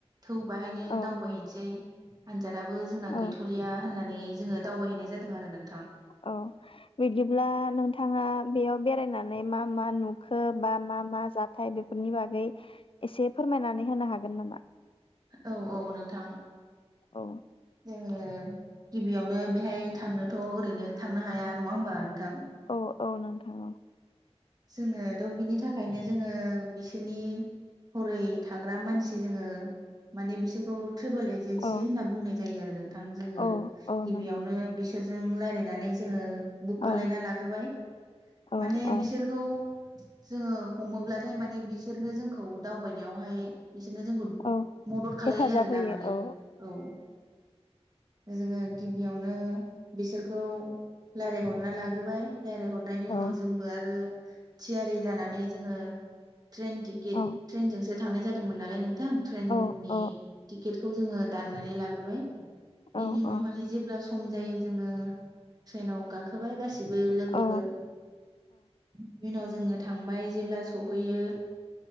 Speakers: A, on the right (about 35°); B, on the left (about 55°).
A: थौ बाहायनो
B: औ
A: दावबायहैनोसै आनजादाबो जोंना
B: औ
A: गैथलिया होननानै जोङो दावबायहैनाय जादों आरो नों
B: औ बिदिब्ला नोंथाङा बेयाव बेरायनानै मा मा नुखो बा मा मा जाख <unintelligible> फाय बेफोरनि बागै एसे फोरमायनानै होनो हागोन नामा?
A: औ औ नोंथां
B: औ
A: जोङो गिबियावनो बेहाय थांनोथ ओरैनो थांनो हाया नङा होमबा नोंथां
B: अ औ नोंथां औ
A: जोङोद बिनि थाखायनो जोङो बिसोरनि हरै थाग्रा मानसि जोङो माने बिसोरखौ ट्रेभेल एजेन्सि
B: औ
A: होनना बुंनाय जायो आरो नोंथां जोङो
B: औ औ
A: गिबियावनो
B: नोंथां
A: बिस बिसोरजों रायज्लायनानै जोङो बुक खालायना
B: औ
A: लाग्रोबाय
B: औ
A: माने
B: औ
A: बिसोर खौ जोङो हमोब्लाथाय माने बिसोरनो जोंखौ दावबायनायावहाय बिसोरनो जोंखौ
B: औ
A: मदद खालामो
B: हेफाजाब
A: आरो
B: होयो
A: ना माने
B: औ
A: औ जोङो गिबियावनो बिसोरखौ रायजलायहरना लाग्रोबाय रायज्लायहरनायनि उनाव
B: औ
A: जोंबो आरो थियारि जानानैै जोङो ट्रेन टिकेट
B: औ
A: ट्रेनजोंसो थांनाय जादोंमोन नालाय नों थां ट्रेननि
B: औ औ
A: टिकेटखौ जोङो दाननानै लाग्रोबाय बेनि
B: औ
A: उनावहाय
B: औ
A: जेब्ला स सम जायो जोंङो ट्रेनाव गाखोबाय गासि बो लोगोफोर
B: औ
A: नि उनाव जोंङो थांबाय जेब्ला सहैयो